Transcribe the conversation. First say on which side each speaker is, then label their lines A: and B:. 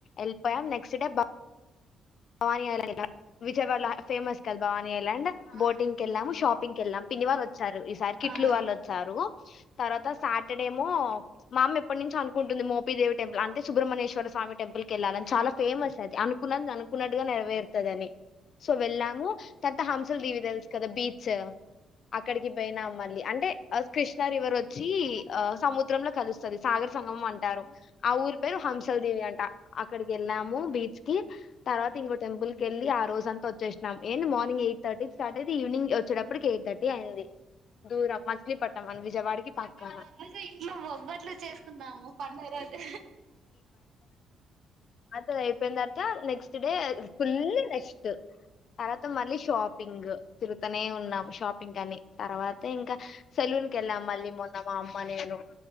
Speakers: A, on the left; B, on the right.
A: ఎల్ప్పోయాం నెక్స్ట్ డే బ వానీ ఐలాండ్ విజయవాడలో ఫేమస్ కద్ భవానీ ఐలాండ్
B: ఆ
A: బోటింగ్కి ఎళ్ళాము షాపింగ్కి ఎళ్ళాము పిన్నివాళ్ళు ఒచ్చారు ఈసారి
B: ఆ
A: కిట్లు వాళ్ళు ఒచ్చారు తర్వాత సాటర్డేమో మామ్మ ఎప్పట్నుం చొ అనుకుంటుంది మోపీదేవి టెంపుల్ంటే సుబ్రహ్మణేశ్వర స్వామి టెంపుల్కి ఎల్లాలని చాలా ఫేమస్ అనుకున్నది అ కున్నట్టుగా నెరవేరుతది అని సో వెళ్ళాము తర్త హంసలు దీవి తెల్సు గదా బీచ్ అక్కడికి పోయినాం మళ్ళీ అంటే కృష్ణ రివర్ ఒచ్చీ ఆ సముద్రంలో కలుస్తది సాగర్ సంగంము అంటారు ఆ ఊరి పేరు హంసల్ దీవి అంట అక్కడికి ఎళ్ళాము బీచ్ కి తర్వాత ఇంకో టెంపుల్కెళ్ళి ఆ రోజంతా ఒచ్చేనాం ఏంది మార్నింగ్ ఎయిట్ థర్ ట్ ఐతె ఈవినింగ్ ఒచ్చేటప్పటికి ఎయి థర్టీ ఐంది దూరం మచిలీపట్నం విజయవాడకి పక్కన
B: మేము ఆ రోజు ఇంట్లో బొబ్బట్లు చేసుకుందాం పండు గా రోజు
A: సో అయిపోయిన తర్వాత నెక్స్ట్ డే ఫుల్ రెస్ట్ తర్వాత మళ్ళీ షాపింగ్ తిరుగుతూనే ఉన్నాము షాపింగ్ అని తర్వాత ఇంకా సెలూన్కెలం మల్లీ మొన్న మా అమ్మ నేను